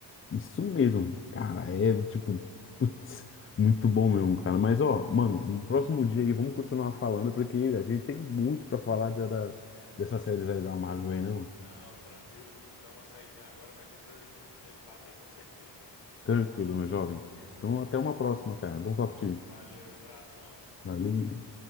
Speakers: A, on the left (about 30°); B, on the left (about 70°).
A: Isso mesmo, cara, é tipo, putz, muito bom mesmo, cara. Mas ó, mano, no próximo dia aí vamos continuar falando, porque a gente tem muito pra falar de- da, dessas séries aí da Marvel aí, né, mano?
B: Não, tranquilo, vou ter que dar uma saidinha agora, mas depois a gente continua esse papo aí, com certeza.
A: Tranquilo, meu jovem. Então até uma próxima, cara. Bom falar contigo.
B: Valeu, abração.
A: Valeu.